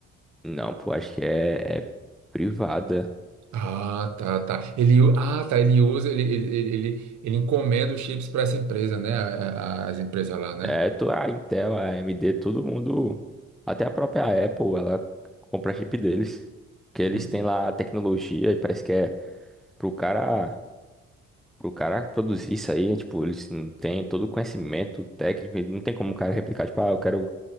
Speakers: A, in the centre; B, on the right.
A: não, pô, acho que é, é privada.
B: Ah, tá, tá. Ele, u- ah, tá, ele usa, ele, ele, ele, ele ele encomenda os chips para essa empresa, né? A- a- As empresas lá, né?
A: É, tu, a Intel, a AMD, todo mundo, até a própria Apple, ela compra chip deles, que eles
B: Hum.
A: têm lá a tecnologia e parece que é pro cara, pro cara produzir isso aí, é, tipo, eles não têm todo o conhecimento técnico, e não tem como o cara replicar, tipo, ah, eu quero